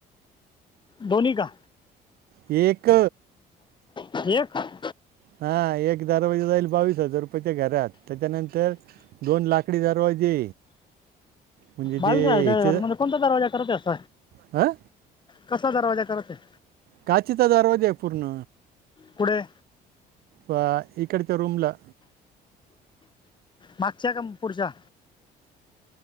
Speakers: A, on the left; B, on the right.
A: दोन्ही का
B: एक.
A: क.
B: हा एक दारवाजे जाईल. बावीस हजार रुपयाच्या घरात त्याच्यानंतर दोन लाकडी दरवाजे. म्हणजे
A: हार
B: ते ह्याचे
A: कोणता दरवाजा करत अस
B: हां
A: कसा दरवाजा करत आहे.
B: काचेचा दरवाजा आहे पूर्ण
A: पुढे.
B: वा इकडंच्या रूमला.
A: मागच्या का पुढच्या.